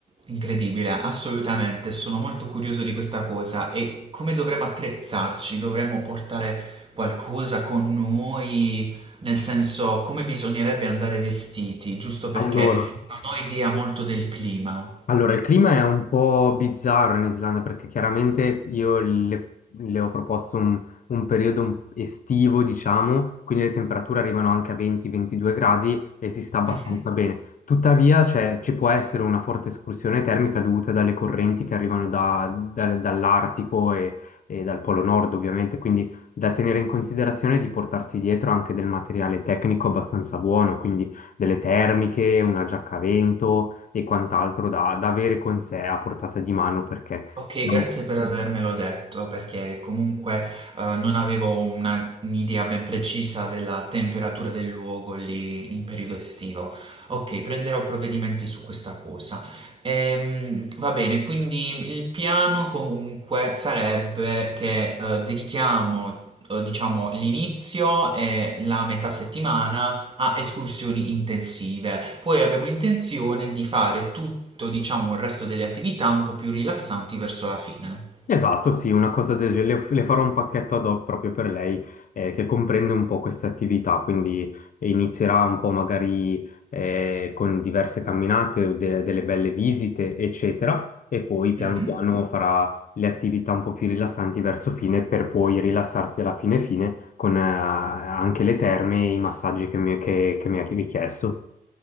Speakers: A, on the right; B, on the left.
A: incredibile, assolutamente, sono molto curioso di questa cosa e come dovremmo attrezzarci? Dovremmo portare qualcosa con noi, nel senso come bisognerebbe andare vestiti, giusto perché
B: Allora.
A: non ho idea molto del clima.
B: Allora, il clima è un po' bizzarro in Islanda perché chiaramente io le, le ho proposto un, un periodo un- estivo, diciamo, quindi le temperature arrivano anche a 20-22 gradi e si sta abbastanza
A: Mhm.
B: bene. Tuttavia, cioè, ci può essere una forte escursione termica dovuta dalle correnti che arrivano da- da- dall'Artico e, e dal Polo Nord, ovviamente, quindi da tenere in considerazione di portarsi dietro anche del materiale tecnico abbastanza buono, quindi delle termiche, una giacca a vento e quant'altro da, da avere con sé a portata di mano perché
A: Okay,
B: diciamo-
A: grazie per avermelo detto, perché comunque, uhm, non avevo una un'idea ben precisa della temperatura del luogo lì in periodo estivo. Okay, prenderò provvedimenti su questa cosa. Ehm, va bene, quindi il piano comunque sarebbe che, uhm, dedichiamo, uhm, diciamo l'inizio e la metà settimana a escursioni intensive. Poi abbiamo intenzione di fare tutto, diciamo, il resto delle attività un po' più rilassanti verso la fine.
B: Esatto, sì, una cosa del genere. Le, le farò un pacchetto ad hoc proprio per lei eh, che comprende un po' queste attività, quindi inizierà un po' magari eh, con diverse camminate, de- delle belle visite, eccetera, e poi piano
A: Mh-mh.
B: piano farà le attività un po' più rilassanti verso fine per poi rilassarsi alla fine fine con eh, anche le terme e i massaggi che mi, che, che mi ha richiesto.